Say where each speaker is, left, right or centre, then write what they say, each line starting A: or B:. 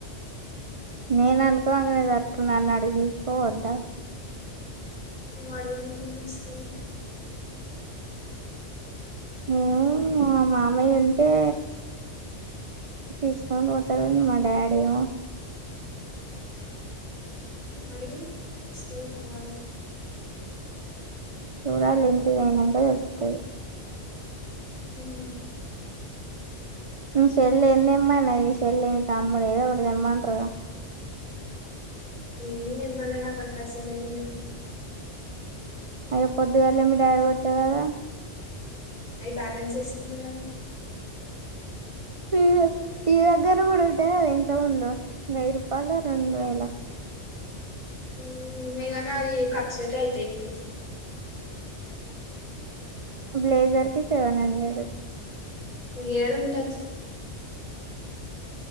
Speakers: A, on the right (about 35°); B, on the left (about 35°).
A: నేను అనుకో అంగానే జరుతున్నాని అడిగికోవద్దా
B: నువ్వు అడిగినంక ఎందుకు తీసుకపోదు
A: హ్మ్ మా మామయ్య ఉంటే తీసుకొని పోతాడు మా డాడీమో
B: అడుగు తీసుకోపోతాడు కావచ్చు
A: చూడాలె ఇంటి పోయినంక తెలుస్తది
B: ఉమ్
A: మీ చెల్లెందేమ్మన్నది మీషెల్లె తమ్ముడు ఏదో ఒకటి తెమ్మంటారుగాదా
B: ఏండెమ్మాన్లే నాకాడ పైసలు ఏం లెవ్
A: అయ్యో పొద్దుగాల్నే మీ డాడి కొట్టె కదా
B: అవి బ్యాలెన్స్ వేసుకున్న కదా
A: ఇయ్య నీ దగ్గర కూడా ఉంటే గద ఇంత ముందు వెయ్యి రూపాయలో రెండు వేలో
B: ఉమ్ ఉన్నాయి కానీ నా అది ఖర్చులకే అయితాయ్ ఇప్పుడు
A: బ్లేజర్ కి సెవెన్ హండ్రెడు
B: యేడుంట